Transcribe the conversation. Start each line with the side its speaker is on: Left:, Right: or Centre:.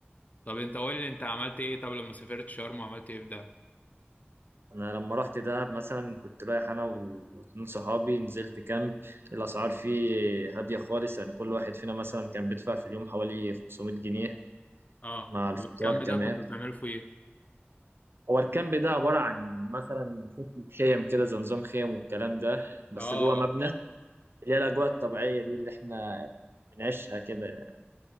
Left: طب انت قول لي انت عملت ايه طب لما سافرت شرم عملت ايه في ده
Right: انا لما رحت دهب مثلا كنت رايح انا و- واتنين صحابي نزلت كامب الاسعار فيه هاديه خالص يعني كل واحد فينا مثلا كان بيدفع في اليوم حوالي 500 جنيه
Left: اه
Right: مع الفطار
Left: طب الكامب
Right: كمان
Left: ده كنت بتعمله في ايه
Right: هو الكامب ده عباره عن مثلا شفت خيم كده زي نظام خيم والكلام ده بس
Left: اه
Right: جوه مبنى اللي هي الأجواء الطبيعية دي اللي إحنا بنعيشها كده